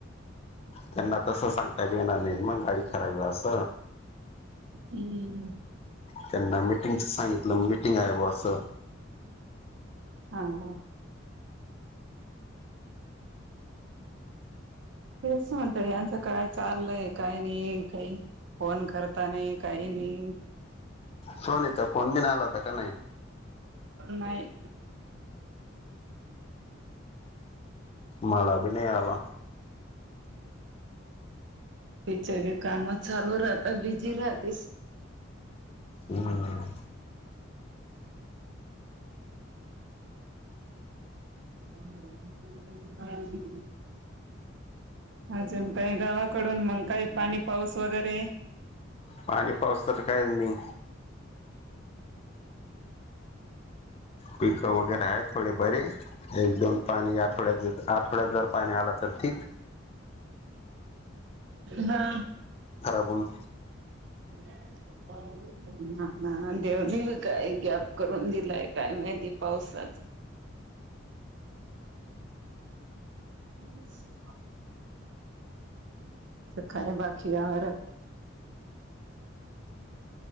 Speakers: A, on the left; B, on the right.
A: त्यांना तसं सांगता बी येणार नाय मग गाडी खराब ए आस.
B: हम्.
A: त्यांना मिटींग च सांगितलं मिटींग हाय बॉ आस.
B: हा हा. तेच म्हणतय यांचं काय चाललंय काय नाई काय फोन करता नाही काही नाही.
A: सोनीचा फोन बिन आला होता का नाय?
B: नाय.
A: मला बी नाय आला.
B: तिच्या बी काम चालू राहता बिझी राहतेस.
A: हम्म.
B: <unintelligible> अजून काय गावाकडून मग काही पाणी पाऊस वगैरे?
A: पाणी पावस तर कायच नाय. पिक वगैरे आहेत थोडे बरे. एक दोन पाणी आठवड्यात आठवड्यात जर पाणी आल तर ठीक.
B: हा.
A: बोलू
B: <unintelligible> हा ना देवनी बी काय गॅप करून दिलाय काय माहिती पावसाचा. अस काय बाकी आवरा.